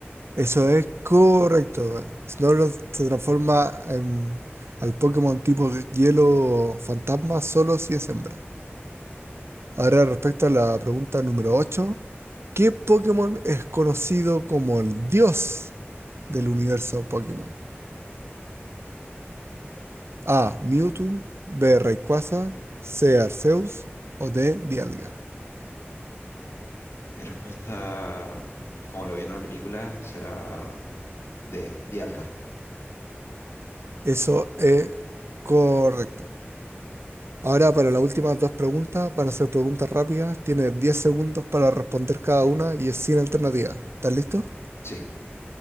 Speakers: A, on the right; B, on the left.
A: Eso es correcto. Snorlax se transforma en, al Pokémon tipo hielo fantasma solo si es hembra. Ahora respecto a la pregunta número 8, ¿Qué Pokémon es conocido como el dios del universo Pokémon? A. Mewtwo. B. Rayquaza. C. Arceus. O D. Dialga.
B: Mi respuesta, como lo vi en una película, será de Dialga.
A: Eso es correcto. Ahora para las últimas dos preguntas, van a ser preguntas rápidas. Tienes 10 segundos para responder cada una y es sin alternativa. ¿Estás listo?
B: Sí.